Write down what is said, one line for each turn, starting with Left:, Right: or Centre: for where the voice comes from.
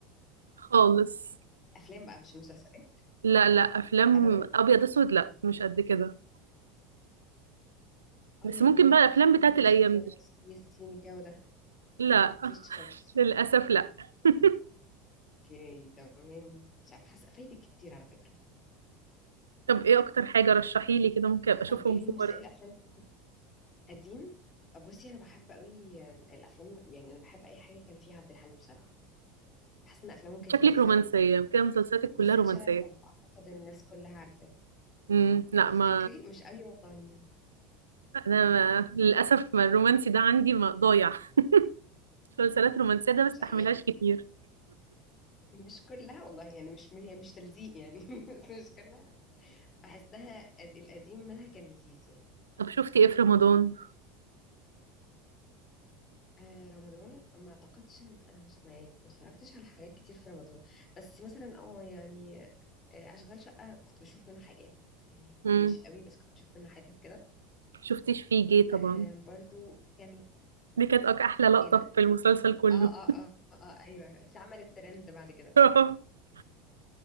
Right: خالص
Left: افلام بقى مش المسلسلات
Right: لا لا افلام
Left: ابدا
Right: ابيض اسود لا مش قد كده
Left: اه
Right: بس
Left: يعني
Right: ممكن
Left: لا
Right: بقى
Left: عبد
Right: الافلام
Left: الحليم
Right: بتاعت
Left: ولا
Right: الايام
Left: شادية ولا
Right: دي
Left: ياسين الجو ده
Right: لا
Left: مفيش خالص
Right: للاسف لا <laughs>
Left: اوكي تمام مش عارفه حاسه فايتك كتير على فكره
Right: طب ايه اكتر حاجه رشحي لي كده ممكن ابقى اشوفهم
Left: طب ايه المس...
Right: في مره
Left: إيه الافلام اللي كنت قديم بصي انا بحب قوي الافلام يعني انا بحب اي حاجه كان فيها عبد الحليم بصراحه بحس ان افلامه كانت
Right: شكلك
Left: لذيذه
Right: رومانسيه
Left: قوي
Right: كده مسلسلاتك كلها
Left: بالذات
Right: رومانسيه
Left: شارع الحب اعتقد إن الناس كلها عارفاه
Right: امم لا
Left: تفتكري
Right: ما
Left: مش قوي والله
Right: انا ما... للاسف ما الرومانسي ده عندي ما ضايع <laughs> مسلسلات رومانسيه ده ما
Left: مش
Right: بستحملهاش
Left: يعني
Right: كتير
Left: مش كلها والله يعني مش مش, يعني مش تلزيق يعني <laughs> بس مش كلها بحسها القديم منها كان لذيذ يعني
Right: طب شفتي ايه في رمضان
Left: آه رمضان ما اعتقدش ان انا مش ما- يعني ما اتفرجتش على حاجات كتير في رمضان بس مثلا اه يعني آه اشغال شقة كنت بشوف منه حاجات يعني مش
Right: امم
Left: قوي بس كنت بشوف منه حتت كده
Right: شفتيش فيه جه طبعا
Left: آه برضو كامل
Right: دي كانت أك- احلى لقطه
Left: ايه ده
Right: في المسلسل كله
Left: اه اه اه اه, آه ايوه دي اتعملت ترند بعد كده
Right: <laughs>